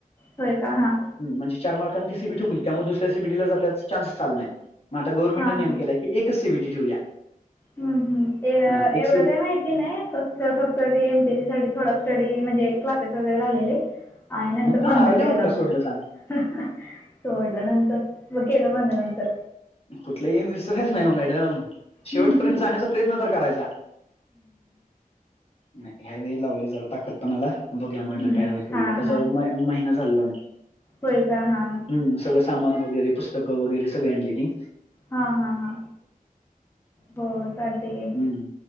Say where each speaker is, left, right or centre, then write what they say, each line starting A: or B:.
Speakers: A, on the left (about 15°); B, on the left (about 40°).
A: होय का हां
B: ह म्हणजे चार मार्कने ती सीबीटी ठोकली त्यामुळे दुसऱ्या सीबीटी जातच चान्सच आला नाही. मग आता गव्हर्मेंटंन
A: हां
B: नियम केला की एकच सीबीटी ठेवल्या
A: हम्म हम्म
B: हां एक
A: एवढं
B: सीबी
A: काय माहिती नाही फक्त तर फक्त ते एमटीसी साठी थोडा स्टडी म्हणजे क्लासेस वगैरे लावलेले. आणि नंतर
B: मग
A: बंद
B: का अर्ध्यावर
A: केलं
B: का सोडलं
A: मग
B: सांग?
A: सोडल नंतर मग केलं
B: अं,
A: बंद नंतर
B: कुठलं एम विसरायचं नाही हो मॅडम
A: हं,
B: शेवटपर्यंत जाण्याचा प्रयत्न तर करायचा नाही ह्या वेळी लावली जरा ताकद पणाला बघूया म्हणलं
A: हं.
B: काय होईल ते
A: हां,
B: होईल आता
A: हां.
B: जवळ म महिना झालं लावून
A: होय का हां
B: हम्म सगळं सामान वगैरे पुस्तकं वगैरे सगळी आणलीती
A: हा हा हा हो चालतंय की
B: हम्म.